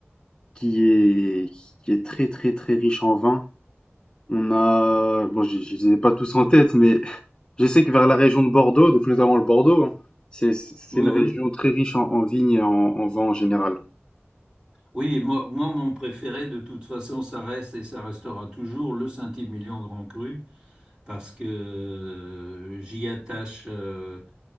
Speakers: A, on the left; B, on the right.
A: qui est qui est très très très riche en vin. On a bon, je, je les ai pas tous en tête, mais <laughs> je sais que vers la région de Bordeaux, donc notamment le Bordeaux, hein, c'est c'est
B: oui,
A: une
B: oui.
A: région très riche en, en vignes et en, en vin en général.
B: Oui, moi, moi, mon préféré, de toute façon, ça reste et ça restera toujours le Saint-Émilion Grand Cru. parce que euh, j'y attache euh,